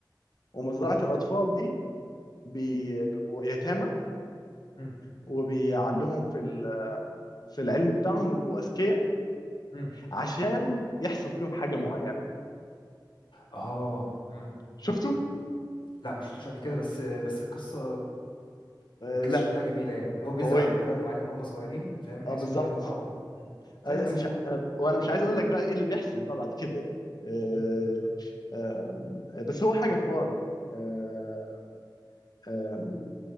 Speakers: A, on the left; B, on the left.
A: ومزرعة الأطفال دي بي- بيبقوا يتامى
B: امم
A: وبيعلوهم في ال- في العلم بتاعهم ويبقوا أذكياء
B: امم
A: عشان يحصل فيهم حاجة معينة
B: اه امم
A: شفتوا؟
B: لا ما شفتوش قبل كده بس بس القصه
A: آه
B: القصه
A: لا
B: شكلها جميله يعني اللي هو بيزرع
A: قوية
B: فيهم حاجات معينه من هم صغيرين فاهم بحيث
A: اه بالظبط
B: ان هم يطلعوا مم.
A: انا
B: زي غسيل
A: مش
B: مخ
A: ع-
B: كده
A: وانا مش عايز اقول لك بقى ايه اللي بيحصل بقى بعد كده يعني آه،
B: امم
A: آم، بس هو حاجه فارم آم، آم،